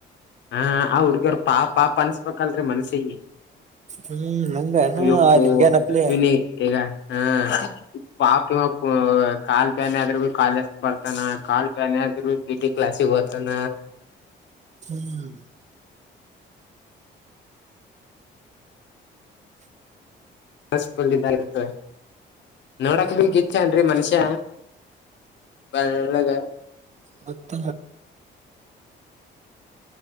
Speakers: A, on the left (about 65°); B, on the right (about 35°).
A: ಹಾ ಆ ಹುಡ್ಗರು ಪಾಪ ಪ ಅನ್ಸ್ಬೇಕಲ್ರೀ ಮನ್ಸಿಗೆ.
B: ಹ್ಮ್ ನಂಗನು
A: ಯೋಪ್ಪು
B: ಆ ಲಿಂಗ್ಯನಪ್ಲೆ
A: ಯನಿ ಇಗ. ಹ ಪಾಪ ಕಾಲ್ ಬ್ಯಾನ ಅಗ್ರ ಕಾಲ. ಬರ್ತಾನ ಕಾಲ್ ಬ್ಯಾನ ಆದ್ರು ಬಿ ಟಿ ಕ್ಲಾಸ್ ಹೋಗ್ತಾನ.
B: ಹ್ಮ್.
A: <unintelligible> ನೋಡಕ್ ಬೀಗ್ ಇಚ್ ಏನ್ರಿ ಮನುಷ್ಯ. ಬೆಳ್ಳಗ.
B: ಮತ್ತ.